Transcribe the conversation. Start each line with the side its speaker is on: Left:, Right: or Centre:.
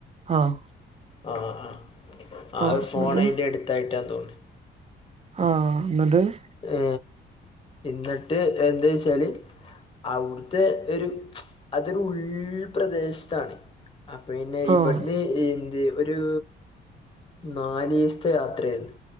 Right: ആഹ്
Left: ആഹ് ആഹ് ആ
Right: ആഹ്
Left: ഒരു ഫോൺ
Right: ഇന്നട്ട്
Left: അതിൻ്റെ അടുത്തായിട്ടാ തോന്നി
Right: ആഹ് എന്നിട്ട് -
Left: ഏ എന്നിട്ട് എന്താ വെച്ചാല് അവിടുത്തെ ഒരു അതൊരു ഉൾ പ്രദേശത്താണ്.. ആ പിന്നെ ഇവിടുന്ന്ഈ
Right: ആഹ്
Left: ഒരു നല്ഇവസത്തെ യാത്രയായിരുന്നു